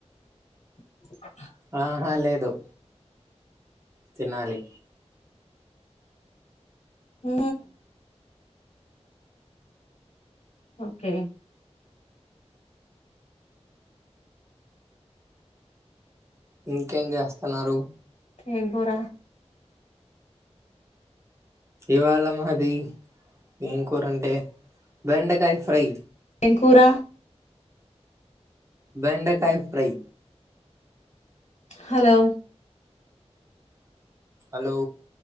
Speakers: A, on the left; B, on the right.
A: <unintelligible>
B: ఆహా లేదు తినాలి
A: ఊ ఓకే
B: ఇంకేం చేస్త అన్నారు
A: ఏం కూర
B: ఇవాళ మాది ఏం కూరంటే బెండకాయ ఫ్రై
A: ఏం కూర
B: బెండకాయ ఫ్రై
A: హలో
B: హలో